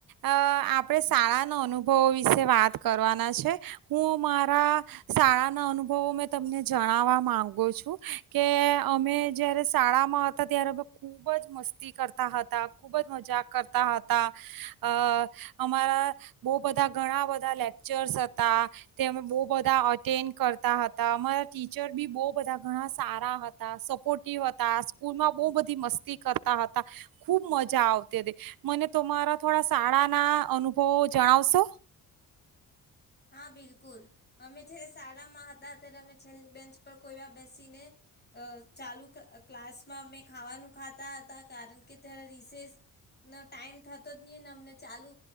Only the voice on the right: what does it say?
અ આપડે શાળાના અનુભવો વિશે વાત કરવાના છે. હું મારા શાળા ના અનુભવો મેં તમને જણાવવા માંગુ છું કે અમે જયારે શાળામાં હતા ત્યારે ખુબ જ મસ્તી કર તા હતા. ખુબ જ મજા કરતા હતા અ અમારા બહું બધા ઘણા બધા લેકચર્સ હતા, તે અમે બ બધા અટેન્ડ કરતા હતા. અમારા ટીચર બી બહું બધા ઘણા સારા હતા સપોર્ટિવ હતા સ્કૂલમાં બવ બધી મસ્તી કરતા હતા ખુબ મજા આવતી હતી મને, તો મારા થોડા શાળા ના અનુભવો જણાવશો?